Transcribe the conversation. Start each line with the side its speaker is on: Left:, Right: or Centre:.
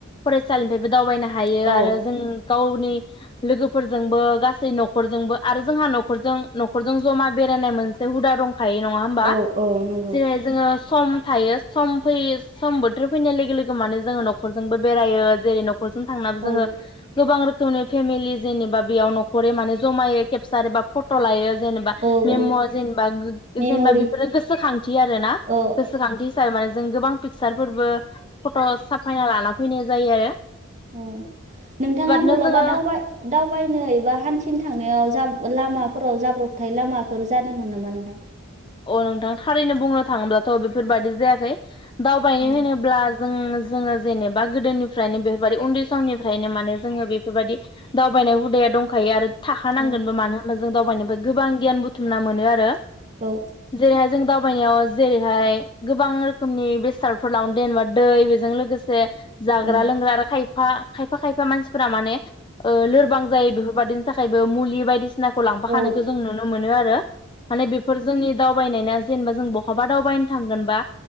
Left: फरायसालिनिफ्रायबो‌ दावबायनो हायो
Right: औ
Left: आरो जों। गावनि लोगोफोरजोंबो गासै न'खरजोंबो आरो जोंहा न'खरजों न'खरजों जमा बेरायनाय मोनसे हुदा दं। थायो नङा होमबा,
Right: औ औ नंगौ
Left: जेरै जोङो सम थायो सम फैयो सम बोथोर फैनाय लोगो लोगो माने जोङो न'खरजोंबो बेरायो जेरै नख खरजों थांनाबो जोङो
Right: औ
Left: गोबां रोख खौनो फेमिलि जेनेबा बेयाव न'खरै माने जमायै केपसार एबा फट' लायो। जेनेबा
Right: औ
Left: मेम'
Right: औ
Left: जेनेबा गो
Right: मेमरि
Left: जेनेबा बेफोरनो गोसोखांथि आरो ना।
Right: औ
Left: थायो माने जों गोबां पिकसारफोरबो फट' साफायना लाना। फैनाय जायो आरो।
Right: ओ नोंथाङा
Left: बादनो
Right: बलाबा
Left: जोङो
Right: दावबाय दावबायनो एबा हान्थि थिं थांनायाव जाब लामाफोराव जाब्रबथाय लामाफोर जादोंमोन नामा नोंथां?
Left: अ नोंथां थारैनो बुंनो थाङोब्लाथ' बेफोरबायदि जायाखै। दावबायनो
Right: औ
Left: होनोब्ला जों जोङो जेनेबा गोदोनिफ्रायनो बेफोरबायदि उन्दै समनिफ्रायनो माने जोङो बेफोरबायदि दावबायनाय हुदाया दंखायो। आरो थाखानांगोनबो
Right: औ
Left: मानो होनबा जों दावबायनो गोबां गियान बु थुमना मोनो आरो।
Right: औ।
Left: जेरैहाय जों दावबायनायाव जेरैहाय गोबां रोखोमनि बेसादफोर लाङो जेनेबा दै बेजों लोगोसे जाग्रा
Right: औ
Left: लोंग्रा आरो खाय फा खायफा खायफा मानसिफोरा माने ओ लोरबां जायो बेफोरबादिनो थाखायबो मुलि बायदिसिना खौ लांफा
Right: औ
Left: खानायखौ जों नुनो मोनो आरो। माने बेफोर जोंनि दावबायनायना जेनेबा जों बहाबा दावबायनो थांगोनबा